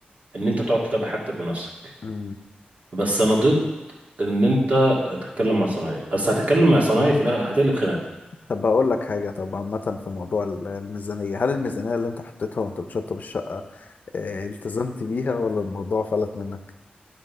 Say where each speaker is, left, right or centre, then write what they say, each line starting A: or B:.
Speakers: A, on the right (about 50°); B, on the left (about 60°).
A: ان انت تقعد تتابع حاجتك بنفسك
B: مم.
A: بس انا ضد ان انت تتكلم مع صنايعي بس هتتكلم مع صنايعي في الاخر هتقلب خناقه
B: طب بقول لك حاجه طب عامه في موضوع ال- الميزانيه هل الميزانيه اللي انت حطيتها وانت بتشطب الشقه آه، التزمت بيها ولا الموضوع فلت منك